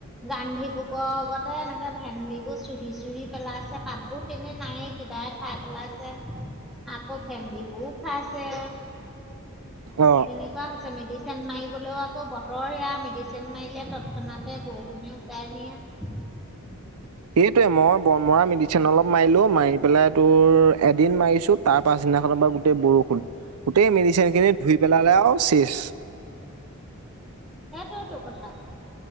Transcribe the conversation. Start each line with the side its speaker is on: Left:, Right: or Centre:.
Centre: গান্ধী পোক আগতে এনেকে ভেন্দিবোৰ চুহি চুহি পেলাইছে পাতবোৰ তেনে নায়েই কিবাই খাই পেলাইছে আকৌ ভেন্দিবোৰও খাইছে
Right: অ
Centre: তেনেকুৱা হৈছে মেডিচিন মাই হলেও আকৌ বতৰ সেয়া মেডিচিন চেন মাৰিলে তৎক্ষণাতে বহু কুনে উ উপাই নিয়ে
Right: সেইটোৱে মই বন মৰা মেডিচিন অলপ মাৰিলো মাৰি পেলাই তোৰ এদিন মাৰিছো তাৰ পাছদিনাখননৰ পৰা গোটেই বৰষুণ গোটেই মেডিচিন খিনি ধুই পেলালে আৰু চেষ
Centre: সেইটোয়ো কথা